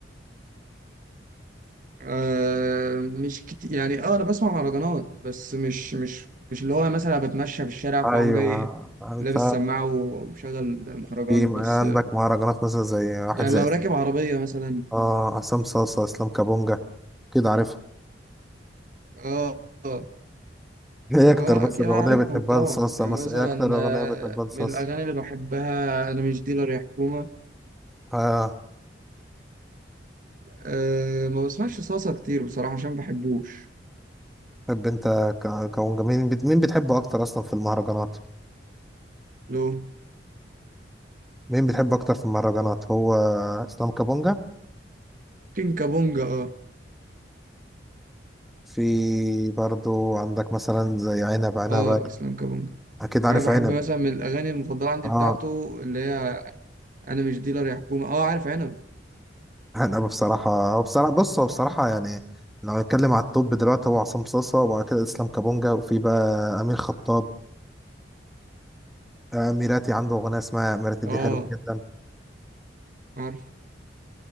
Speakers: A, on the right; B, in the centre.
A: آه مش كتير يعني اه انا بسمع مهرجانات بس مش مش مش اللي هو مثلا بتمشى في الشارع
B: أيوه
A: فاقوم جاي
B: أنت
A: لابس سماعه ومشغل مهرجان
B: في
A: بس
B: عندك مهرجانات مثلا زي واحد
A: يعني
B: زي
A: لو راكب عربيه مثلا
B: آه عصام صاصة إسلام كابونجا كده عارفهم
A: اه اه
B: إيه
A: اه
B: أكتر بس
A: اكيد
B: الأغنية
A: عارفهم
B: بتحبها
A: طبعا
B: لصاصة
A: يعني
B: مثلا
A: مثلا
B: إيه أكتر أغنية
A: آه،
B: بتحبها لصاصة؟
A: من الاغاني اللي بحبها انا مش ديلر يا حكومه
B: آه
A: أه ما بسمعش صلصه كتير بصراحه عشان ما بحبوش
B: طب انت ك- كمغني مين بت- مين بتحبه اكتر اصلا في المهرجانات
A: لو
B: مين بتحبه اكتر في المهرجانات هو اسلام كابونجا
A: كين كابونجا اه
B: في برضو عندك مثلا زي عنب عنب
A: اه اسلام كابونجا
B: اكيد عارف
A: يعني انا بحب
B: عنب
A: مثلا من الاغاني المفضله عندي
B: اه
A: بتاعته اللي هي انا مش ديلر يا حكومه اه عارف عنب
B: عنب بصراحه هو بصراحه بص هو بصراحه يعني لو هنتكلم على التوب دلوقتي هو عصام صاصا وبعد كده اسلام كابونجا وفي بقى امين خطاب آه، ميراتي عنده اغنيه اسمها ميراتي
A: اه
B: دي حلوه جدا
A: عارف